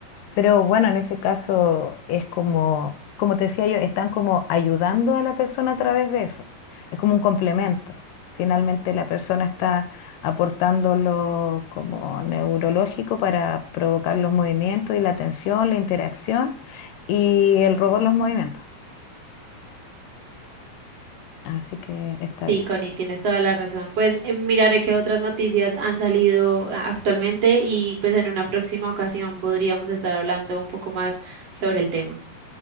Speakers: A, on the left (about 80°); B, on the right (about 50°).
A: Pero bueno, en ese caso es como, como te decía yo, están como ayudando a la persona a través de eso. Es como un complemento. Finalmente la persona está aportando lo como neurológico para provocar los movimientos y la tensión, la interacción y el robot los movimientos. Así que está
B: Sí,
A: bien.
B: Connie, tienes toda la razón. Pues eh, miraré qué otras noticias han salido ah, actualmente y pues en una próxima ocasión podríamos estar hablando un poco más sobre el tema.